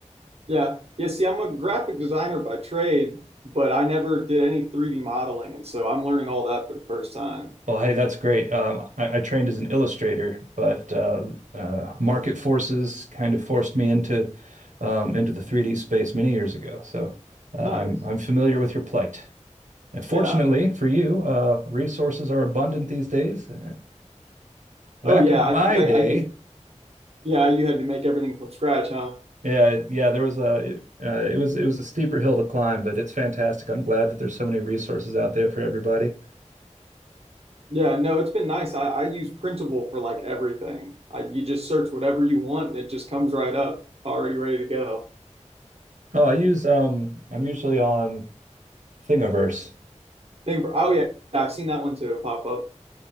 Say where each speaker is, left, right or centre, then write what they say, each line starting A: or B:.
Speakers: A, on the right (about 55°); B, on the right (about 85°).
A: Yeah. Yeah, see, I'm a graphic designer by trade, but I never did any 3D modeling, and so I'm learning all that for the first time.
B: Well, hey, that's great. Um, I, I trained as an illustrator, but uh, uh, market forces kind of forced me into um, into the 3D space many years ago. So uh,
A: Nice.
B: I'm I'm familiar with your plight. And fortunately
A: Yeah.
B: for you, uh, resources are abundant these days. Uh, Back
A: Oh yeah,
B: in
A: I
B: my
A: think I,
B: day,
A: I used yeah, you had to make everything from scratch, huh?
B: yeah, yeah, there was a uh, it was it was a steeper hill to climb, but it's fantastic. I'm glad that there's so many resources out there for everybody.
A: Yeah, no, it's been nice. I, I use Printable for like everything. I, you just search whatever you want and it just comes right up, already ready to go.
B: Oh, I use um I'm usually on Thingiverse.
A: Think of, oh yeah, I've seen that one too pop up.